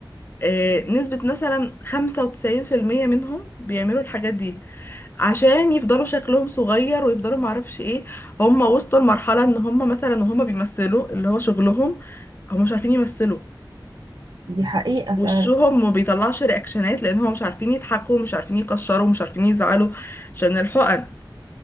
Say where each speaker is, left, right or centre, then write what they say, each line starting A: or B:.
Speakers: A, on the left (about 25°); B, on the right (about 60°).
A: آه، نسبة مثلا خمسة وتسعين في المية منهم بيعملوا الحاجات دي عشان يفضلوا شكلهم صغير ويفضلوا معرفش ايه هم وصلوا لمرحلة ان هم مثلا وهم بيمثلوا اللي هو شغلهم هم مش عارفين يمثلوا
B: دي حقيقة
A: وشهم
B: فعلا
A: ما بيطلعش رياكشنات لان هم مش عارفين يضحكوا مش عارفين يكشروا مش عارفين يزعلوا عشان الحقن